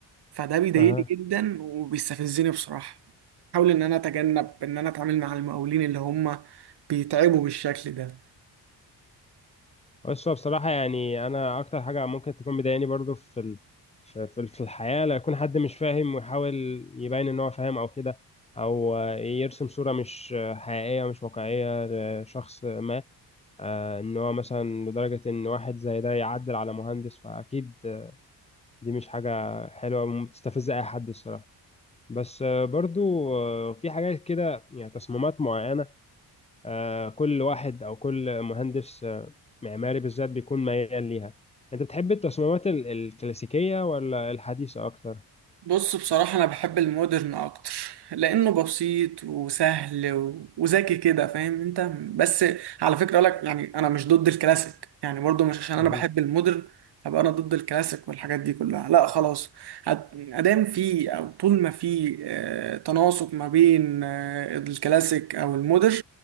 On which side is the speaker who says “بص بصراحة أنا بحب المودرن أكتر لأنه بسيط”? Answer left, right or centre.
Right